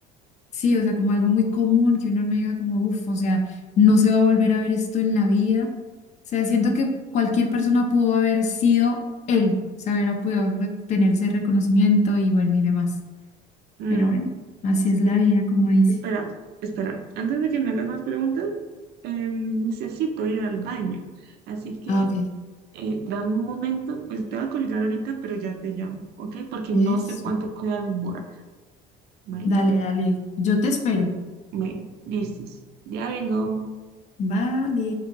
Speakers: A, on the left (about 40°); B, on the right (about 60°).
A: Sí, o sea, como algo muy común que uno no diga como, uff, o sea, no se va a volver a ver esto en la vida sea, siento que cualquier persona pudo haber sido él, se hubiera podido re- tener ese reconocimiento y bueno, y demás.
B: Mm,
A: Pero bueno, así es la
B: sí,
A: vida, como dice.
B: espera, espera, antes de que me hagas más preguntas, eh, necesito ir al baño, así que
A: Ah, ok.
B: eh, dame un momento, pues te voy a colgar ahorita, pero ya te llamo, ¿ok? Porque
A: Eso.
B: no sé cuánto pueda demorar, ¿vale?
A: Dale,
B: Entonces,
A: dale. Yo te espero.
B: me dices, ya vengo.
A: Vale.